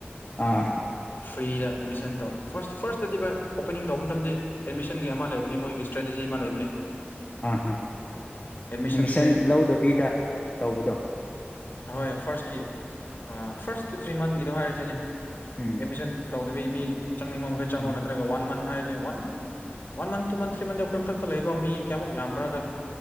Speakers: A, on the left; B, on the left.
A: ꯑꯥ
B: ꯐ꯭ꯔꯤꯗ ꯑꯦꯗꯃꯤꯁꯟ ꯇꯧ ꯐꯥꯔꯁ ꯐꯥꯔꯁꯇꯗꯤꯕ ꯑꯣꯄꯅꯤꯡ ꯇꯧꯕ ꯃꯇꯝꯗꯤ ꯑꯦꯗꯃꯤꯁꯟꯒꯤ ꯑꯃ ꯂꯩꯕꯅꯤ ꯃꯣꯏꯒꯤ ꯏꯁꯇ꯭ꯔꯦꯇꯦꯖꯤ ꯑꯃ ꯂꯩꯕꯅꯤ
A: ꯑꯍꯥ
B: ꯑꯦꯗꯃꯤꯁꯟꯁꯦ
A: ꯑꯦꯠꯃꯤꯁꯟ ꯂꯧꯗꯕꯤꯗ ꯇꯧꯕꯗꯣ
B: ꯑꯍꯣꯏ ꯐꯥꯔꯁꯀꯤ ꯑꯥ ꯐꯥꯔꯁ ꯇꯨ ꯊ꯭ꯔꯤ ꯃꯟꯒꯤꯗꯣ ꯍꯥꯏꯔꯤꯁꯤꯅꯦ
A: ꯎꯝ
B: ꯑꯦꯃꯤꯁꯟ ꯇꯧꯗꯕꯤ ꯃꯤ ꯆꯪꯅꯤꯡꯕ ꯃꯈꯩ ꯆꯪꯉꯣ
A: ꯎꯝ
B: ꯅꯠꯇ꯭ꯔꯒ ꯋꯥꯟ ꯃꯟ ꯍꯥꯏ one month one month two month three ꯃꯟꯗꯤ ꯑꯈꯣꯏ ꯃꯊꯛꯇ ꯂꯩꯀꯣ ꯃꯤ ꯀꯌꯥꯃꯨꯛ ꯌꯥꯝꯕ꯭ꯔꯥꯗꯣ